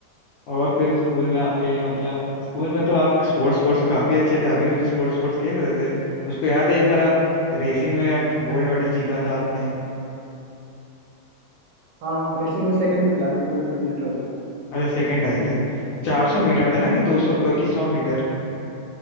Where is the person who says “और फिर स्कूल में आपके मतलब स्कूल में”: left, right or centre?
Left